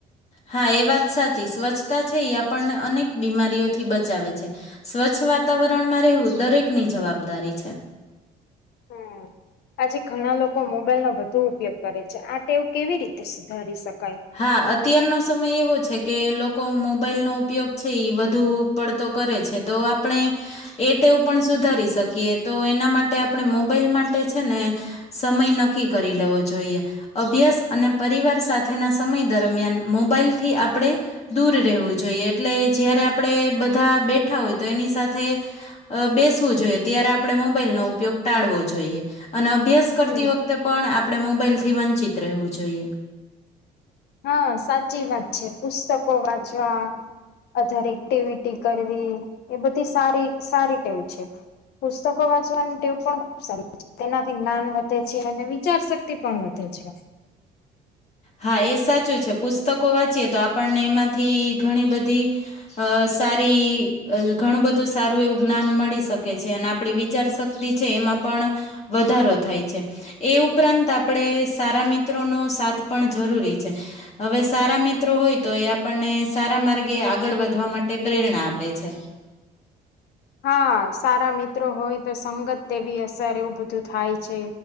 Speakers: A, on the left; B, on the left.
A: હા એ વાત સાચી સ્વચ્છતા છે એ આપણને અનેક બીમારીઓથી બચાવે છે. સ્વચ્છ વાતાવરણમાં રહેવું દરેક ની જવાબદારી છે.
B: હમ્મ. આજે ઘણા લોકો મોબાઈલ નો વધુ ઉપયોગ કરે છે આ ટેવું કેવી રીતે સુધારી શકે.
A: હા અત્યારનો સમય એવો છે કે લો કો મોબાઈલ નો ઉપયોગ છે ઈ વધુ પડતો કરે છે તો આપણે એ ટેવ પણ સુધારી શકીએ તો એના માટે આપણે મોબાઈલ માટે છે ને સમય નક્કી કરી લેવો જો ઈએ અભ્યાસ અને પરિવાર સાથે ના સમય દરમિયાન મોબાઈલથી આપણે દૂર રહેવું જોઈએ એટલે જયારે આપણે બધા બેઠા હોય તો એની સાથે અ બેસવું જોઈએ ત્યારે આપણે મોબાઈલ નો ઉપયોગ ટાળવો જોઈએ. અને અભ્યાસ
B: હમ
A: કરતી વખતે પણ આપણે મોબાઈલથી વંચિત રહેવું જોઈએ.
B: હન, સાચી વાત છે. પુસ્તકો વાંચવા, અધર એક્ટિવિટી કરવી એ બધી સારી સારી ટેવ છે. પુસ્તકો વાંચવાની ટેવ પણ ખુબ સારી તેનાથી જ્ઞાન વધે છે અને વિચાર શક્તિ પણ વધે છે.
A: હા એ સાચું છે પુસ્તકો વાંચીએ તો આપણને એમાંથી ઘણી બધી અ સારી ઘણું બધું સારું એવું જ્ઞાન મળી શકે છે અને આપણી વિચારશક્તિ છે એમાં પણ વધારો થાય છે એ ઉપરાંત આપણે સારા મિત્રો નો સાથ પણ જરૂરી છે હવે સારા મિત્રો હોય તો એ આપણને સારા માર્ગે આગળ વધવા માટે તે પ્રેરણા આપે છે.
B: <inaudible> હા સારા મિત્રો હોય તો સંગત તેવી અસર એવું બધું થાય છે.